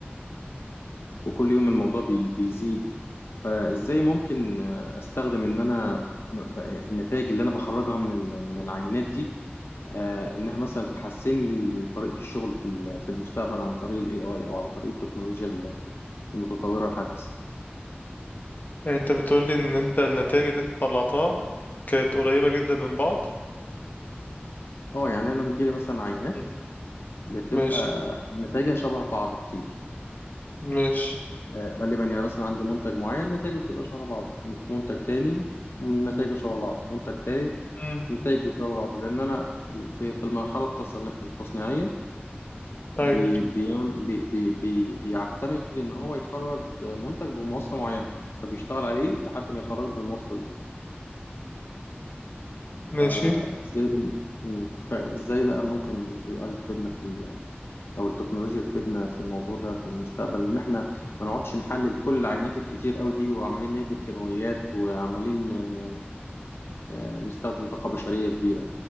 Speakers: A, on the left (about 80°); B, on the left (about 45°).
A: وكل يوم الموضوع بي بيزيد فازاي ممكن آه، استخدم ان انا ب- ب- النتائج اللي انا بخرجها من ال- من العينات دي آه، انها مثلا تحسن لي طريقة الشغل في ال- في المستقبل عن طريق الاي اي او عن طريق التكنولوجيا ال- المتطورة الحديثة
B: يعني انت بتقول لي ان انت النتائج اللي انت طلعتها كانت قريبه جدا من بعض
A: اه يعني انا بتجيلي مثلا عينات
B: هم
A: بتبقى
B: ماشي
A: نتائجها شبه بعض كتير
B: ماشي
A: آه، غالبا يعني مثلا عندي منتج معين نتائجه بتبقى شبه بعض منتج تاني نتائجه شبه بعض منتج تالت
B: هم
A: نتائج بيشبه بعض لان انا في في المرحله التصن- التصنيعيه
B: ايوه
A: بي بيعم- بي بي بي بيعتمد ان هو يخرج منتج بمواصفه معينه فبيشتغل عليه لحد ما يخرجه بالمواصفه دي
B: ماشي
A: فازاي ده- مم. فازاي ده ممكن الاي اي يفيدنا في ال- او التكنولوجيا تفيدنا في الموضوع ده في المستقبل ان احنا ما نقعدش نحلل كل العينات الكتير قوي دي وعمالين نهدر كيماويات وعمالين ن- ن- نستخدم طاقه بشريه كبيره